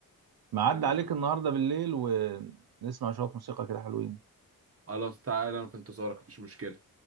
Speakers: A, on the right; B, on the right.
A: معدي
B: قول
A: عليك
B: تمام
A: النهارده بالليل ونسمع شويه موسيقى كده حلوين
B: خلاص تعالى انا في انتظارك مفيش مشكله